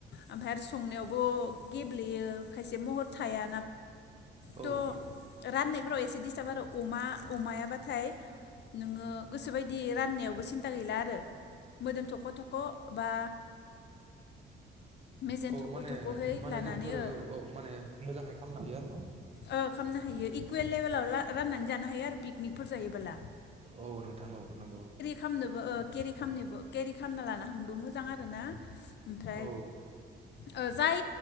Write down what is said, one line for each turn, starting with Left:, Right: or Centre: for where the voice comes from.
Left: ओमफ्राय आरो संनायावबो गेब्लेयो खायसे महर थाया त
Right: औ
Left: राननायफ्राव एसे डिस्टाब आरो अमा अमाया बाथाय नोंङो गोसो बायदि राननायाव <inaudible> सिन्था गैला आर रो मोदोम थख' थख' बा मेजेम
Right: औ
Left: थख'
Right: माने
Left: थख'है
Right: माने
Left: लानानै
Right: जोंफोरो
Left: ओ
Right: औ औ माने मोजाङै खालामनो हायो आरो न'
Left: ओ खामनो हायो इकुयेल लेबेलाव ला राननानै जानो हायो आरो पिकनिकफोर जायोबोला।
Right: औ नोंथां औ नंगौ।
Left: खामनोबो ओ केरि खामनोबो केरि खामना लाना थांनोबो मोजां आरोना। ओमफ्राय
Right: औ
Left: ओ जाय